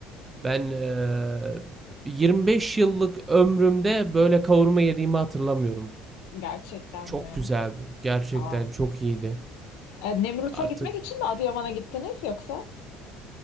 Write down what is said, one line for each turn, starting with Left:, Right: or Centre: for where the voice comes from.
Right: Ben eee, 25 yıllık ömrümde böyle kavurma yediğimi hatırlamıyorum.
Left: Gerçekten
Right: Çok
Left: mi?
Right: güzeldi. Gerçekten
Left: Aa.
Right: çok iyiydi.
Left: E, Nemrut'a
Right: Artık
Left: gitmek için mi Adıyaman'a gittiniz yoksa?